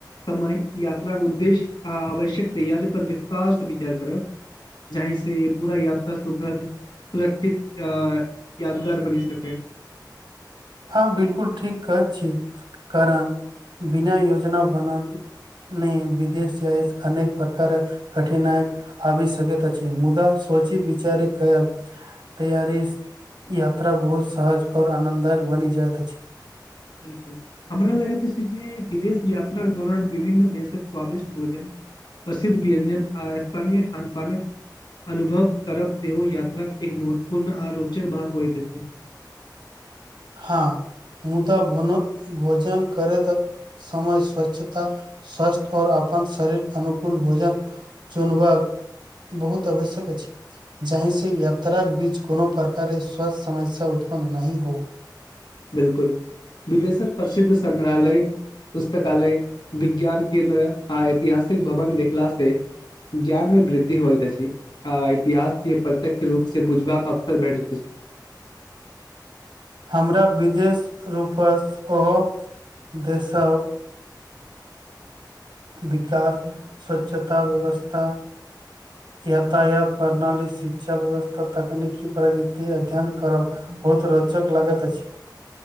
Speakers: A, on the left (about 75°); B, on the right (about 85°).
A: समय यात्रा केँ उद्देश्य आ आवश्यक तैयारी पर विस्तार से विचार करब जाही से पूरा यात्रा सुखद सुरक्षित अ याद भार बनी सकै
B: हँ बिल्कुल ठीक कह छी कारण बिना योजना बना ने विदेश जाइ अनेक प्रकार कठिनाइक आबी सकैत अछि मुदा सोची विचारी कयल तैयारी <inaudible> यात्रा बहुत सहज और आनन्द दायक बनी जाइत अछि
A: बिल्कुल हमरा लगैत छी जे विदेश यात्राक दौरान विभन्न देशक स्वादिष्ट भोजन प्रसिद्ध व्यंजन आ स्थानीय खान पान कऽ अनुभव करब सेहो यात्रा कऽ एक महत्वपूर्ण आ रोचक भाग होयइत अछि
B: हँ मुदा भन भोजन करैत समय स्वच्छता स्वस्थ और अपन शरीर अनुकूल भोजन चुनबाक बहुत आवश्यक अछि जहि से यात्रा कऽ बीच कोनो प्रकारे स्वास्थ्य समस्या उत्पन्न नहीं हो
A: बिल्कुल विदेशक प्रसिद्ध संग्रहालय पुस्तकालय विज्ञान केंन्द्र आ ऐतिहासिक भवन देखला से ज्ञान में वृद्धि होइत अछी अ इतिहास केँ प्रत्यक्ष रूप से बुझबाक केँ अवसर भैटत अछी
B: हमरा विदेश रूपसँ ओ <inaudible> देशब विकास स्वच्छता व्यवस्था यातायात प्रणाली शिक्षा व्यवस्था तकनिकी प्रगति अध्ययन करब बहुत रोचक लागत अछी